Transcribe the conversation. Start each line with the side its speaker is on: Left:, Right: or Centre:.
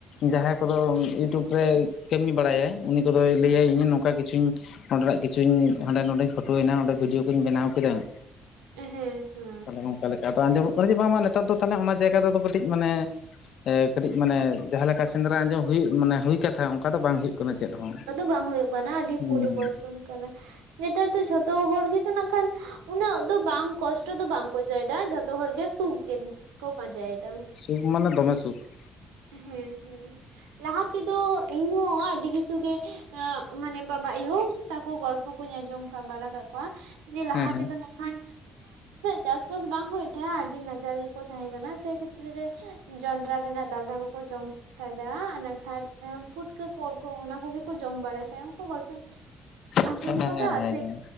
Left: ᱡᱟᱦᱟᱸᱭ ᱠᱚᱫᱚ ᱤᱭᱩᱴᱩᱵᱽ ᱨᱮ ᱠᱟᱹᱢᱤ ᱵᱟᱲᱟᱭᱟᱭ, ᱩᱱᱤ ᱠᱚᱫᱚᱭ ᱞᱟᱹᱭᱟᱭ ᱤᱧᱮ ᱱᱚᱝᱠᱟ ᱠᱤᱪᱷᱩᱧ ᱱᱚᱸᱰᱮᱱᱟᱜ ᱠᱤᱪᱷᱩᱧ ᱦᱟᱸᱰᱮ ᱱᱚᱰᱮᱧ ᱯᱷᱳᱴᱳᱭᱱᱟ, ᱱᱚᱰᱮ ᱵᱷᱤᱰᱭᱳ ᱠᱚᱧ ᱵᱮᱱᱟᱣ ᱠᱮᱫᱟ ᱾
Right: ᱦᱮᱸ ᱦᱮᱸ ᱾
Left: ᱛᱟᱦᱚᱞᱮ ᱚᱱᱠᱟ ᱞᱮᱠᱟ ᱟᱫᱚ ᱟᱸᱡᱚᱢᱚᱜ ᱠᱟᱱᱟ ᱡᱮ, ᱵᱟᱝᱢᱟ ᱱᱮᱛᱟᱨ ᱫᱚ ᱛᱟᱦᱚᱞᱮ ᱚᱱᱟ ᱡᱟᱭᱜᱟ ᱨᱮᱫᱚ ᱠᱟᱹᱴᱤᱡ ᱢᱟᱱᱮ ᱮ ᱠᱟᱹᱴᱤᱡ ᱢᱟᱱᱮ ᱡᱟᱦᱟᱸ ᱞᱮᱠᱟ ᱥᱮᱸᱫᱽᱨᱟ ᱟᱸᱡᱚᱢ ᱦᱩᱭᱩᱜ ᱢᱟᱱᱮ ᱦᱩᱭ ᱠᱟᱛᱷᱟ ᱚᱱᱠᱟ ᱫᱚ ᱵᱟᱝ ᱦᱩᱭᱩᱜ ᱠᱟᱱᱟ ᱪᱮᱫ ᱦᱚᱸ᱾
Right: ᱚᱱᱠᱟ ᱫᱚ ᱵᱟᱝ ᱦᱩᱭᱩᱜ ᱠᱟᱱᱟ, ᱟᱹᱰᱤ
Left: ᱦᱩᱸ
Right: ᱯᱚᱨᱤᱵᱚᱨᱛᱚᱱ ᱠᱟᱱᱟ ᱱᱮᱛᱟᱨ ᱫᱚ ᱡᱷᱚᱛᱚ ᱦᱚᱲ ᱜᱮᱛᱚ ᱠᱷᱟᱱ ᱩᱱᱟᱹᱜ ᱫᱚ ᱵᱟᱝ ᱠᱚᱥᱴᱚ ᱫᱚ ᱵᱟᱝ ᱠᱚ ᱪᱚᱭᱮᱫᱟ, ᱡᱷᱚᱛᱚ ᱦᱚᱲ ᱜᱮ ᱥᱩᱠ ᱜᱮᱠᱚ ᱯᱟᱸᱡᱟᱭᱮᱫᱟ ᱾
Left: ᱥᱩᱠ ᱢᱟᱱᱮ ᱫᱚᱢᱮ ᱥᱩᱠ ᱾
Right: ᱦᱩᱸ ᱦᱩᱸ, ᱞᱟᱦᱟ ᱛᱮᱫᱚ ᱤᱧᱦᱚ ᱟᱹᱰᱤ ᱠᱤᱪᱷᱩ ᱜᱮ ᱮᱜ ᱢᱟᱱᱮ ᱵᱟᱵᱟ ᱟᱭᱳ ᱛᱟᱠᱚ ᱜᱚᱞᱯᱷᱚ ᱠᱚᱧ ᱟᱸᱡᱚᱢ ᱵᱟᱲᱟ ᱠᱟᱜ ᱠᱚᱣᱟ, ᱡᱮ ᱞᱟᱦᱟ
Left: ᱦᱮᱸ
Right: ᱛᱮᱫᱚ ᱱᱟᱜᱠᱷᱟᱱ ᱪᱟᱥ ᱵᱟᱥ ᱵᱟᱝ ᱦᱩᱭᱩᱜ ᱛᱟᱦᱮᱸᱼᱟ, ᱟᱹᱰᱤ ᱱᱟᱪᱟᱨ ᱜᱮᱠᱚ ᱛᱟᱦᱮᱸ ᱠᱟᱱᱟ, ᱥᱮ ᱠᱷᱮᱛᱨᱮ ᱨᱮ ᱡᱚᱸᱰᱨᱟ ᱨᱮᱱᱟᱜ ᱫᱟᱠᱟ ᱠᱚ ᱠᱚ ᱡᱚᱢ ᱠᱟᱫᱟ ᱾ ᱚᱱᱟ ᱠᱷᱟᱱ ᱯᱩᱴᱠᱟᱹ ᱠᱚ, ᱚᱱᱟ ᱠᱚᱜᱮ ᱠᱚ ᱡᱚᱢ ᱵᱟᱲᱟᱭ ᱛᱟᱦᱮᱸᱱ ᱩᱱᱠᱩ ᱜᱚᱞᱯᱚᱧ ᱟᱸᱡᱚᱢ
Left: ᱦᱮᱸ
Right: ᱟᱠᱟᱫᱟ
Left: ᱦᱮᱸ ᱦᱮᱸ
Right: ᱥᱮ